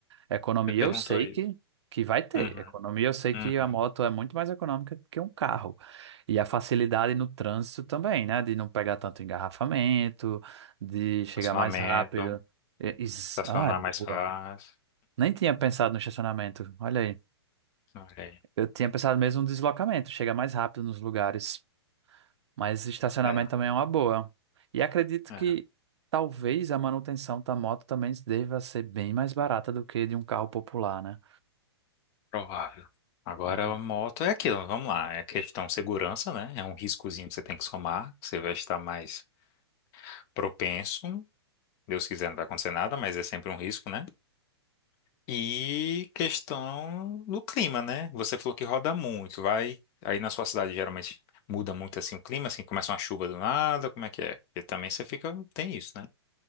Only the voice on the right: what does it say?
economia
eu sei
que, que vai ter.
Economia eu sei
que a moto é muito mais econômica que um carro. E a facilidade no trânsito também, né? De não pegar tanto engarrafamento, de chegar
mais rápido. E- is-
Ah, é boa.
Nem tinha pensado no estacionamento. Olha aí.
Eu tinha pensado mesmo no deslocamento, chegar mais rápido nos lugares. Mas estacionamento
também é uma boa. E acredito
que talvez a manutenção da moto também deva ser bem mais barata do que de um carro popular, né?
Uhum.